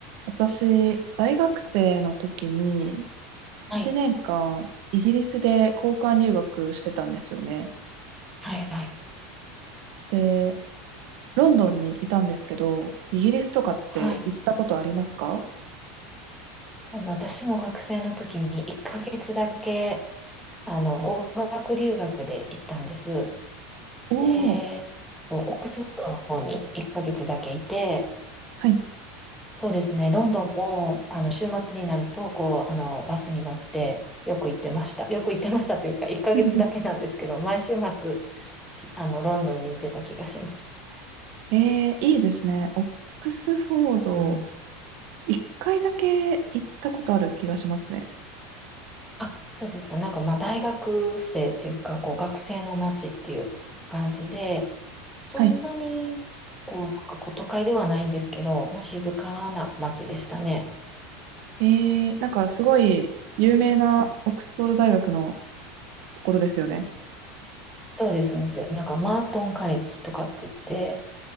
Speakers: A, on the right; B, in the centre.
A: 私、大学生の時に、1年間、
B: はい。
A: イギリスで交換留学してたんですよね。
B: はい、はい。
A: で、ロンドンにいたんですけど、イギリスとかって行ったことありますか
B: はい。あの、私も学生の時に1ヶ月だけ、あの、語学留学で行ったんです。
A: おー、
B: で、オックスフォードの方に1ヶ月だけいて、
A: はい。
B: そうですね、ロンドンも、あの、週末になると、こう、あの、バスに乗って、よく行ってました。よく行ってましたというか、1ヶ月だけなんですけど、
A: <laughs>
B: 毎週末、きあの、ロンドンに行ってた気がします。
A: えー、いいですね。オックスフォード、
B: うん
A: 一回だけ行ったことある気がしますね。
B: あ、そうですか。なんかまあ大学生っていうか、こう学生の街っていう感じで、そんなに、
A: はい。
B: こう、なんかこう都会ではないんですけど、まあ静かな街でしたね。
A: えー、なんかすごい有名なオックスフォード大学のところですよね。
B: そうです、そうです。なんかマートンカレッジとかって言って、